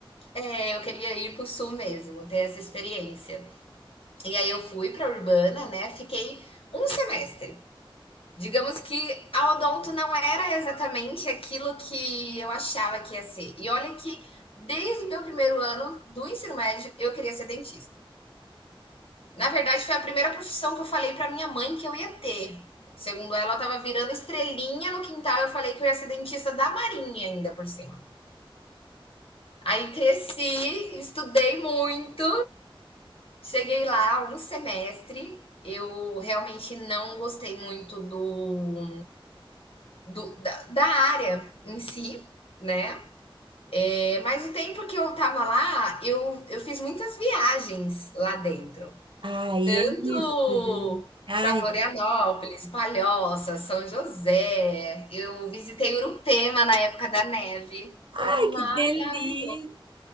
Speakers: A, on the left; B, on the right.
A: é, eu queria ir para o sul mesmo, ter essa experiência. E aí eu fui para Urbana, né? Fiquei um semestre. Digamos que a odonto não era exatamente aquilo que eu achava que ia ser. E olha que desde o meu primeiro ano do ensino médio eu queria ser dentista. Na verdade, foi a primeira profissão que eu falei para minha mãe que eu ia ter. Segundo ela, ela estava virando estrelinha no quintal. Eu falei que eu ia ser dentista da Marinha ainda por cima. Aí cresci, estudei muito, cheguei lá um semestre. Eu realmente não gostei muito do, do da, da área em si, né? É, mas o tempo que eu tava lá, eu, eu fiz muitas viagens lá dentro.
B: Ai,
A: Tanto
B: é isso, gente. Ai,
A: para Florianópolis, Palhoça, São José. Eu visitei Urupema na época da neve. Foi
B: ai,
A: maravilhoso,
B: que delícia!